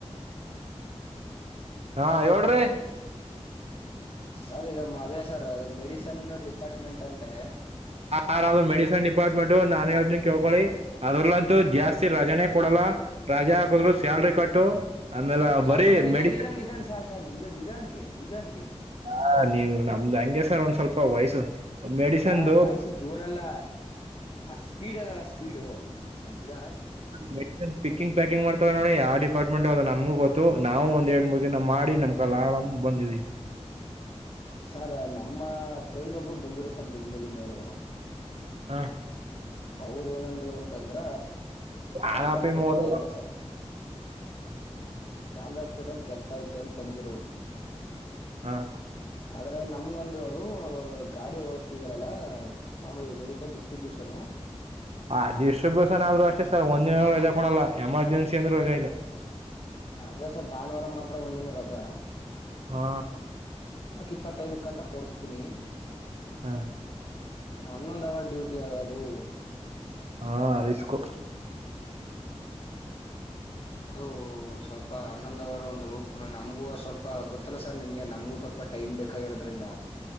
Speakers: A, on the right; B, on the left.
A: ಹಾ ಹೇಳಳ್ರಿ
B: ಸರ್ ಈಗ ಅದೇ ಸರ್ ಅದು ಮೆಡಿಸನ್ ಡಿಪಾರ್ಟ್ಮೆಂಟ್ ಅಂತೆ
A: ಯಾರ ಮೆಡಿಸನ್ ಡಿಪಾರ್ಟ್ಮೆಂಟ್ು ನಾನ ಹೇಳನ್ ಕೇಳ್ಕೊಿ ಅದ್ರಲಂತೂ ಜಾಸ್ತಿ ರಜೆಾನೇ ಕೊಡಲ್ಲ ರಜೆ ಹಾಕದ್ರು ಸ್ಯಾಲ್ರಿ ಕಟ್ಟು ಆಮೇಲೆ
B: ಸರ್
A: ಬರೀ
B: ಸರ್ ನಿಧಾನ
A: ಮೆಡಿಸನ್
B: ನಿಧಾನ ನಿಧನ್ ಸರ್ ಸರ್ ನಿಧ ನಿಧಾನ ಕೇಳಿ ನಿಧಾನ ಕೇಳಿ
A: ಹಾ ನೀವು ನಮ್ದ್ ಹಂಗೆಸರ್ ಒಂದ್ ಸ್ವಲ್ಪ ವಯಸ್ಸು ಮೆಡಿಸನ್ದು
B: ಸಾರ್ ವಯಸು ಜೋರಲ್ಲ ಆ ಸ್ಪೀಡ್ ಅದಲ್ಲ ಸ್ಪೀಡು ಾ
A: <inaudible> ಪಿಕ್ಕಿಂಗ್ ಪ್ಯಾಕಿಂಗ್ ಮಾಡ್ತಾರ ನೋಡ್ರ ಯಾವ್ ಡಿಪಾರ್ಟ್ಮೆಂಟ್ ಅ ನಮ್ಗು ಗೊತ್ತು ನಾವು ಒಂದ್ ಎರಡ್ ಮೂರ್ ದಿನ ಮಾಡಿ ನಮ್ ಕಲ್ ಬಂದಿದವಿ
B: ಸರ್ ನಮ್ಮ ಫ್ರೆಂಡ ಒಬ್ರು ಬಂದಿರು ಸರ್ ಬೆಂ್ಗಳೂರಿಂದವರು
A: ಹಾ
B: ಅವ್ರ ಏನಂದ್ರು ಅಂತಂದ್ರ
A: ನಾನಪಿ
B: ಚಾಮರಾಜ ಪೇಟೆಲ್
A: ಮೋದ
B: ಆಯ್ತೆಸ ಚಾಮರಾಜ ಪೇಟೆಲ್ ಕೆಲ್ಸ ಆಯ್ತ ತ್ತನ್ ತಂದಿರು
A: ಹಾ
B: ಆದ್ರೆ ನಮ್ಗ ಅಂದ್ರು ಅವರು ಗಾಡಿ ಓಡಸ್ತಿದಾರಲ್ಲ ಮಾಮೂಲಿ ಮಡಿಕಲ್ ಡಿಸ್ಟ್ರಿಬ್ಯೂಷನ್
A: ಅದಿಷ್ಟಬ್ ಸನ ಆದ್ರು ಅಷ್ಟೇ ಸರ್ ಒಂದ ರಜಾ ಕೊಡಲ್ಲ ಎಮರ್ಜೆನ್ಸಿ ಅಂದ್ರರು ರಜಾ ಇಲ್ಲ
B: ಅದೇಸ ಭಾನುವಾರ ಮಾತ್ರ ಒಂದಿನ ರಜಾ
A: ಹಾ
B: ಇಪ್ಪತ್ತೈದು ಗಂಟ ಕೊಡಸ್ತೀನಿ
A: ಹಾ
B: ಹನ್ನೊಂದ್ ಅವರ್ ಡ್ಯೂಟಿ ಅದದು
A: ಹಾ ರರಿ್ಕು
B: ಅದು ಸ್ವಲ್ಪ ಹನ್ನೊಂದು ಅವರು ಅಂದರು ಪುನಃ ನಮಗೂ ಸ್ವಲ್ಪ ಗೊತ್ತಲ್ಲ ಸರ್ ನಿಮಗೆ ನಮಗೂ ಸ್ವಲ್ಪ ಟೈಮ್ ಬೇಕಾಗಿರೋದ್ರಿಂದ